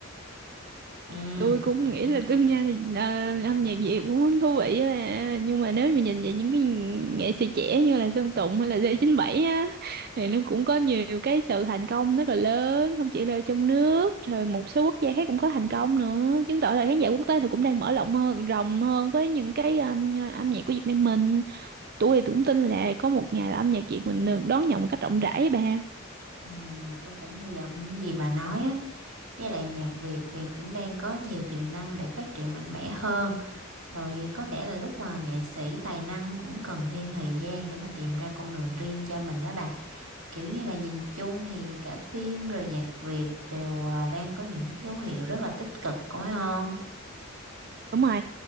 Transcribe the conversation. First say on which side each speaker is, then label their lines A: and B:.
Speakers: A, on the right (about 75°); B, on the right (about 45°).
A: Ừ,
B: tôi cũng nghĩ là tương lai là ờ, âm nhạc Việt cũng thú vị á nhưng mà nếu mà nhìn về những cái nghệ sĩ trẻ như là Sơn Tùng hay là D97 á thì nó cũng có nhiều cái sự thành công rất là lớn không chỉ là trong nước rồi một số quốc gia khác cũng có thành công nữa chứng tỏ là khán giả quốc tế thì cũng đang mở rộng hơn rộng hơn với những cái um, âm nhạc của Việt Nam mình tôi thì cũng tin là có một ngày là âm nhạc Việt mình được đón nhận một cách rộng rãi á bà
A: ừ, tôi cũng hy vọng những gì bà nói á, với lại nhạc Việt thì cũng đang có nhiều tiềm năng để phát triển mạnh mẽ hơn. Rồi có lẽ là lúc mà nghệ sĩ tài năng cũng cần thêm thời gian để mà tìm ra con đường riêng cho mình đó bà. Kiểu như là nhìn chung thì cả phim rồi nhạc Việt đều à, đang có những cái dấu hiệu rất là tích cực có phải không?
B: Đúng rồi,